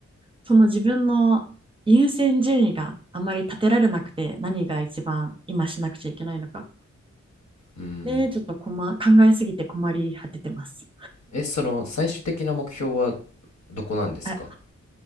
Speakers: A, on the right; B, on the left.
A: その自分の優先順位があまり立てられなくて、何が一番今しなくちゃいけないのか。
B: うん。
A: で、ちょっと困考えすぎて困り果ててます。
B: え、その最終的な目標はどこなんですか
A: あ、